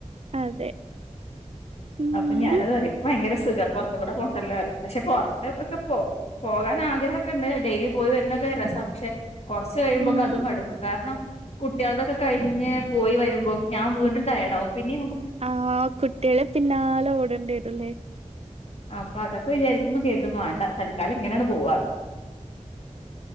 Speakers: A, on the right; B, on the left.
A: അതെ ഉം
B: അപ്പൊ ഞാന് അത് പറയും ഭയങ്കര സുഖ പുറത്ത കൂടെ പോണ്ടല്ലോ പക്ഷെ പുറത്ത ഒക്കെ പോവും പോകാൻ ആഗ്രഹക്കെ ഉണ്ട് ഡെയിലി പോയി വരുന്നൊക്കെ രസ് പക്ഷെ കൊറച്ച് കഴിയുമ്പോൊക്കെ
A: ഉം
B: അതും മടുക്കും കാരണം. കുട്ടികളൊതൊക്കെ കഴിഞ്ഞ് പോയി വരുമ്പോക് ഞാൻ വീണ്ടുടയെടാവും പിന്നെ.
A: ആ കുട്ടികളെ പിന്നാലെ ഓടേണ്ടിവരൂല്ലേ?
B: അപ്പൊ അതൊക്കെ വിചാരിക്കുമ്പോ. കെരുതുംവേണ്ട തൽക്കാലംങ്ങനെയാണ് പോവാ.